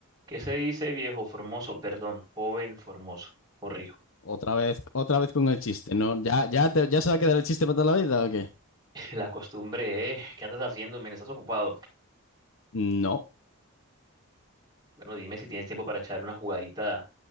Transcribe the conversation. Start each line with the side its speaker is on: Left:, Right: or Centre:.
Right: ¿Qué se dice, viejo formoso? Perdón, joven formoso. Corrijo.
Left: Otra vez, otra vez con el chiste, ¿no? ¿Ya, ya, te- ya se va a quedar el chiste para toda la vida o qué?
Right: <laughs> La costumbre, ¿eh? ¿Qué andas haciendo, men? ¿Estás ocupado?
Left: No.
Right: Bueno, dime si tienes tiempo para echar una jugadita